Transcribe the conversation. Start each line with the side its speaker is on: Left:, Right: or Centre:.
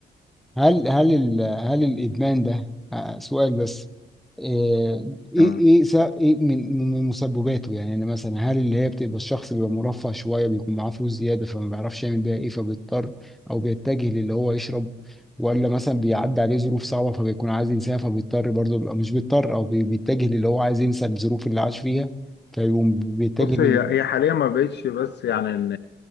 Centre: هل هل ال- هل الادمان ده آه، سؤال بس آه، ايه
Left: تمام
Centre: ايه س- ايه من من مسبباته يعني أنا مثلا هل اللي هي بتبقى الشخص بيبقى مرفه شويه بيكون معاه فلوس زياده فما بيعرفش يعمل بيها ايه فبيضطر او بيتجه للي هو يشرب ولا مثلا بيعدي عليه ظروف صعبه فبيكون عايز ينساها فبيضطر برضه بيبقى مش بيضطر او بي- بيتجه للي هو عايز ينسى الظروف اللي عاش فيها فيقوم بيتجه
Left: بص
Centre: لل
Left: هي هي حاليا ما بقتش بس يعني ان